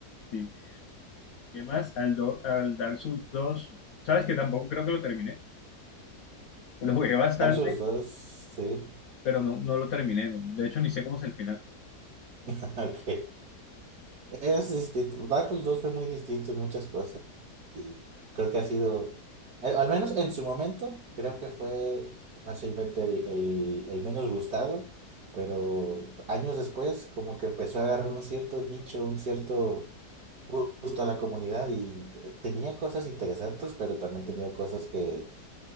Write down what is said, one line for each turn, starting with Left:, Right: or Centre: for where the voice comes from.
Left: sí. Y además, al, do- al Dark Souls dos sabes que tampoco creo que lo terminé. Lo jugué bastante,
Right: Dark Souls 2 sí,
Left: pero no, no lo terminé. De hecho, ni sé cómo es el final.
Right: <laughs> ok. Es distinto. Dark Souls 2 fue muy distinto en muchas cosas. Y creo que ha sido, al al menos en su momento, creo que fue fácilmente el, el- el menos gustado, pero años después como que empezó a agarrar un cierto nicho, un cierto gu- gusto a la comunidad y eh, tenía cosas interesantes, pero también tenía cosas que